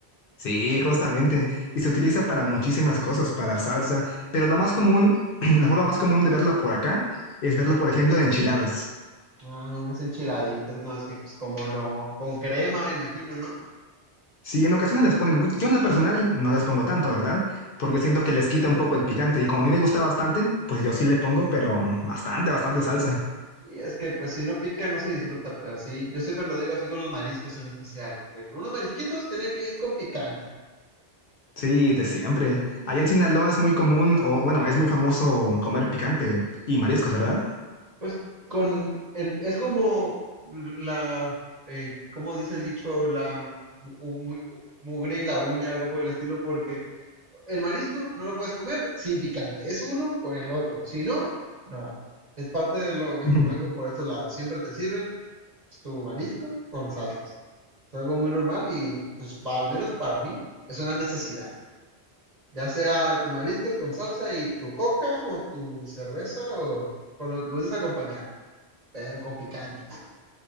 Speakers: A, on the left (about 60°); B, on the right (about 40°).
A: sí, justamente. Y se utiliza para muchísimas cosas, para salsa. Pero lo más común, <clears throat> la forma más común de verlo por acá es verlo, por ejemplo, en enchiladas.
B: Ah, unas enchiladitas, no, es que pues, como no, con crema me imagino, ¿no?
A: Sí, en ocasiones les ponen, yo en la personal no les pongo tanto, ¿verdad? Porque siento que les quita un poco el picante y como a mí me gusta bastante, pues yo sí le pongo, pero bastante, bastante salsa.
B: Sí, es que pues si no pica no se disfruta, pues así, yo siempre lo digo así con los mariscos en especial, de que unos marisquitos tienen que ir con picante.
A: Sí, de siempre. Allá en Sinaloa es muy común, o bueno, es muy famoso comer picante y mariscos, ¿verdad?
B: Pues con el, es como la, eh, ¿cómo dice el dicho? La mu- u- mu- u- mugre y la uña, algo por el estilo, porque el marisco no lo puedes comer sin picante, es uno con el otro, si no, no. Es parte de lo gastronómico
A: <laughs>
B: por estos lados, siempre te sirven pues, tu marisco con salsas. Es algo muy normal y, pues, pa- al menos para mí, es una necesidad. Ya sea tu mariscos con salsa y tu coca o tu cerveza o con lo que gustes acompañar, pero con picante.